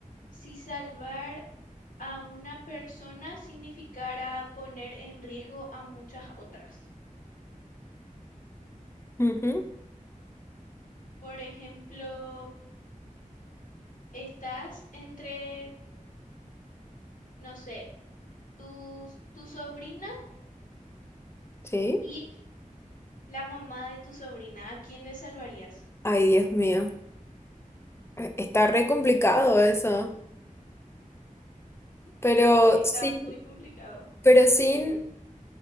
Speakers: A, on the left; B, on the left.
A: si salvar a una persona significara poner en riesgo a muchas otras?
B: Ujú,
A: Por ejemplo, estás entre, no sé, tu, tu sobrina
B: Sí.
A: y la mamá de tu sobrina. ¿A quién le salvarías?
B: Ay, Dios mío. Eh, Está re complicado eso. Pero
A: Está
B: sin,
A: muy complicado.
B: pero sin,